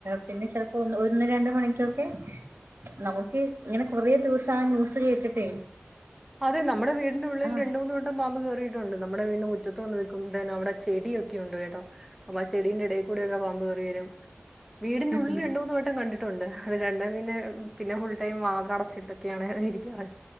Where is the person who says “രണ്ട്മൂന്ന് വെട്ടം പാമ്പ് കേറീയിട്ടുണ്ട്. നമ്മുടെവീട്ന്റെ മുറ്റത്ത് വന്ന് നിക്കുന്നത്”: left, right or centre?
Centre